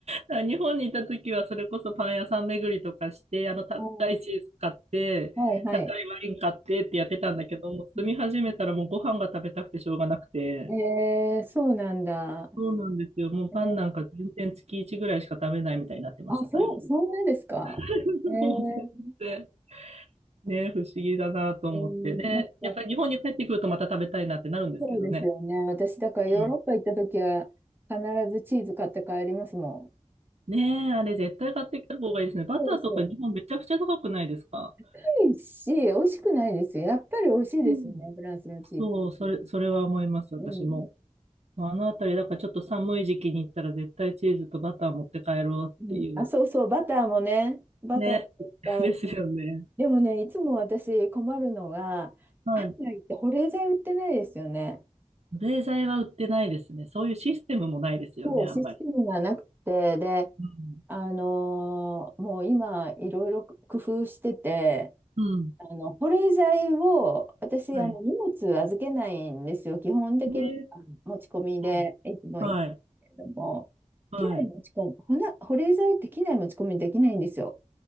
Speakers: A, on the right; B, on the right.
A: だから日本にいた時はそれこそパン屋さん巡りとかして、あの高いチーズ買って、
B: はいはい
A: 高いワイン買ってってやってたんだけど、もう住み始めたらもうご飯が食べたくてしょうがなくて。
B: うん、えー、そうなんだ。
A: そうなんですよ。もうパンなんか全然月1ぐらいしか食べないみたいになってました、
B: えーあ、そう、
A: 最後。
B: そんなですか。
A: <laughs>
B: えー、
A: もう全然ね、不思議だなと思って。
B: うん、
A: で、
B: なんか、
A: やっぱり日本に帰ってくるとまた食べたいなってなるんですけどね。
B: そうですよね。私、だからヨーロッパ行った時は必ずチーズ買って帰りますもん。
A: うん。ねえ、あれ絶対買ってきた方がいいですね。バターとか日本めちゃくちゃ高くないですか
B: そうそう。美味いし、美味しくないですよ。やっぱり美味しいですよね、
A: うん。
B: フランスのチーズ。
A: そう、それ、それは思います、私も。
B: うん。
A: あのあたり、だからちょっと寒い時期に行ったら絶対チーズとバター持って帰ろうっていう。
B: うん、あ、そうそう、バターもね。バターもいっぱい。
A: ね。<laughs> ですよね。
B: でもね、いつも私困るのが、
A: はい。
B: 海外って保冷剤売ってないですよね。
A: 冷剤は売ってないですね。そういうシステムもないですよね、
B: そう、
A: あんまり。
B: システムがなくて、で、
A: うん。
B: あのーもう今、いろいろ工夫してて、
A: うん。
B: あの保冷剤を私あの荷物預けないんですよ基本的には持ち込みでいつも行くけれども機内持ち込むほな保冷剤って機内持ち込みできないんですよ
A: はい。ねうん。はい。はい。